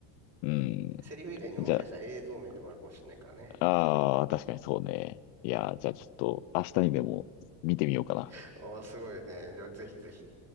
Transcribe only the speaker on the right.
セリフ以外にももしかしたら映像面でもあるかもしれないからね。
<laughs> ああ、すごいね。ではぜひぜひ。